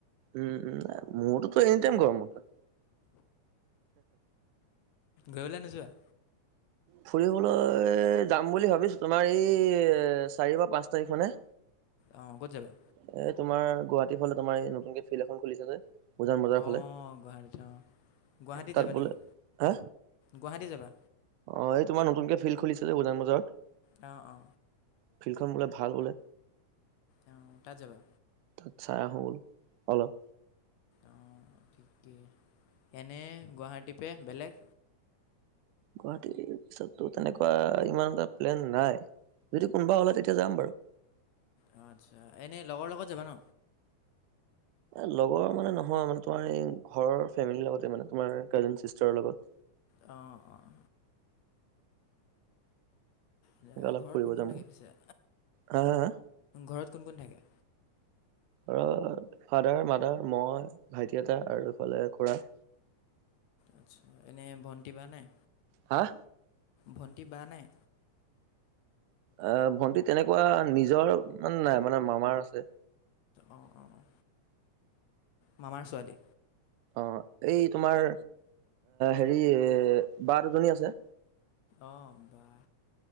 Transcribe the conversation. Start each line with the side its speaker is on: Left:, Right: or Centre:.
Right: উম, উম, এ, মোৰতোতো এনি টাইম গৰম বন্ধ।
Left: ঘৰলে নোযোৱা।
Right: ফুৰিবলৈ যাম বুলি ভাবিছো, তোমাৰ এই চাৰি বা পাঁচ তাৰিখ মানে।
Left: অ', ক'ত যাবা?
Right: এ, তোমাৰ গুৱাহাটীৰ ফালে, তোমাৰ এই নতুনকে ফিল্ড এখন খুলিছা যে। উজান বজাৰ
Left: অ',
Right: ফালে
Left: গুৱাহাটীত অ', গুৱাহাটীত
Right: তাত
Left: যাবা
Right: বোলে
Left: নেকি?
Right: হা
Left: গুৱাহাটী যাবা।
Right: অ', এই তোমাৰ নতুনকে খুলিছিল যে উজান বজাৰত।
Left: অ', অ'।
Right: ফিল্ডখন বোলে ভাল বোলে।
Left: অ', তাত যাবা।
Right: তাত চাই আহোঁ বোলো, অলপ।
Left: অ', ঠিকেই, এনে গুৱাহাটীপে বেলেগ।
Right: গুৱাহাটীৰ পিছততো তেনেকুৱা ইমান এটা প্লেন নাই। যদি কোনোবা ওলাই তেতিয়া যাম বাৰু।
Left: অ', আচ্ছা এনে লগৰ লগত যাবা ন?
Right: এ, লগৰ মানে নহয়, মানে তোমাৰ এই ঘৰৰ ফেমিলিৰ লগতে মানে, তোমাৰ কাজ চিষ্টাৰৰ লগত।
Left: অ', অ'। দিয়া,
Right: এনেকে অলপ
Left: ঘৰত
Right: ফুৰিব
Left: কোন
Right: যাম
Left: কোন থাকে পিছে,
Right: হা হা হা
Left: ঘৰত কোন কোন থাকে?
Right: ঘৰত ফাদাৰ, মাদাৰ, মই ভাইটি, এটা আৰু এইফালে খুৰা।
Left: আচ্ছা, এনে ভণ্টি বা নাই?
Right: অহ।
Left: ভণ্টি, বা নাই?
Right: আহ, ভণ্টি তেনেকুৱা নিজৰ মানে নাই মানে মামাৰ আছে।
Left: অ', অ', অ মামাৰ ছোৱালী?
Right: অ', এই তোমাৰ হেৰি বা দুজনী আছে?
Left: অ', বা